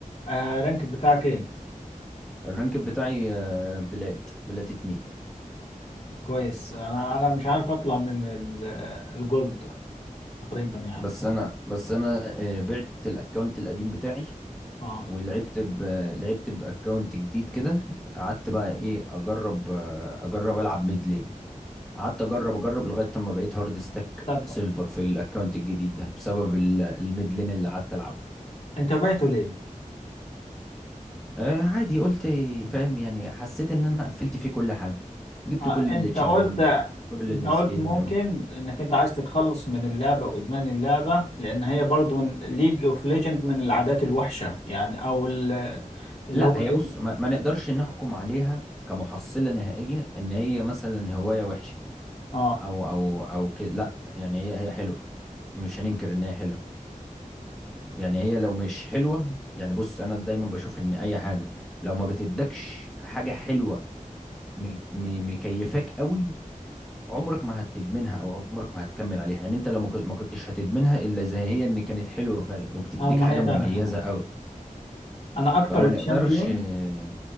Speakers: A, on the left; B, in the centre.
A: آه رانك بتاعك ايه
B: الرانك بتاعي آه، بلات بلات اتنين
A: كويس انا انا مش عارف اطلع من ال- الجولد تقريبا يعني
B: بس انا بس انا آه، بعت الاكونت القديم بتاعي
A: اه
B: ولعبت ب... لعبت باكونت جديد كده قعدت بقى ايه اجرب آه، اجرب العب ميد لين قعدت اجرب اجرب لغايه اما بقيت هارد ستاك
A: طب
B: سيلفر في الاكونت الجديد ده بسبب ال- الميد لين اللي قعدت العبه
A: انت بعته ليه؟
B: آه عادي قلت فاهم يعني حسيت ان انا قفلت فيه كل حاجه جبت
A: آه
B: كل اللي
A: انت
B: تشامبيون
A: قلت
B: وكل
A: انت قلت
B: السكين
A: ممكن انك انت عايز تتخلص من اللعبة وادمان اللعبة لان هي برضو من ليج اوف ليجند من العادات الوحشة يعني او ال- اللي
B: لا
A: هو
B: هي
A: ايه
B: بص ما, ما نقدرش نحكم عليها كمحصلة نهائية ان هي مثلا هواية وحشة
A: اه
B: او او او كده لا يعني هي هي حلوة مش هننكر ان هي حلوة يعني هي لو مش حلوة يعني بص انا دايما بشوف ان اي حاجة لو ما بتدكش حاجة حلوة م- م- مكيفاك قوي عمرك ما هتدمنها او عمرك ما هتكمل عليها يعني انت لو ما كنت- ما كنتش هتدمنها الا زي هي ان كانت حلوة فعلا وبتديك
A: اه ما
B: حاجة
A: هي
B: مميزة
A: فعلا هو
B: قوي
A: انا اكتر
B: فما
A: تشامبيون
B: نقدرش م-